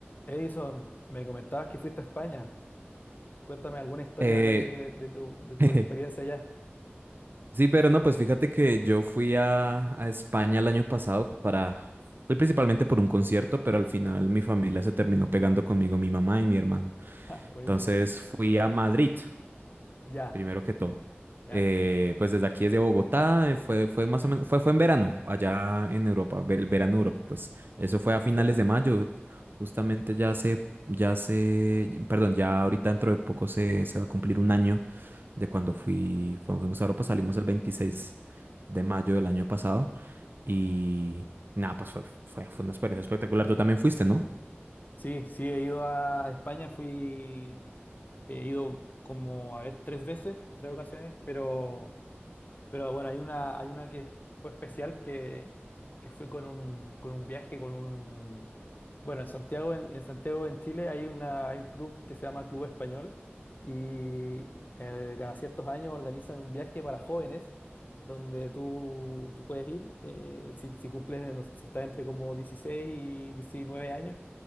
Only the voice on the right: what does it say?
Eh,
<laughs>
sí, pero no, pues fíjate que yo fui a, a España el año pasado para... Fui principalmente por un concierto, pero al final mi familia se terminó pegando conmigo, mi mamá y mi hermano.
Entonces fui a Madrid,
primero que todo.
Eh, pues desde aquí, desde Bogotá, eh, fue, fue más o menos, fue, fue en verano, allá en Europa, ver- el verano de Europa, pues eso fue
a finales de mayo, justamente ya se, ya se, perdón, ya ahorita dentro de poco se, se va a cumplir un año de cuando fui, cuando fuimos a Europa, salimos el veintiséis de mayo del año pasado y nada, pues fue, fue, fue una experiencia espectacular. Tú también fuiste, ¿no?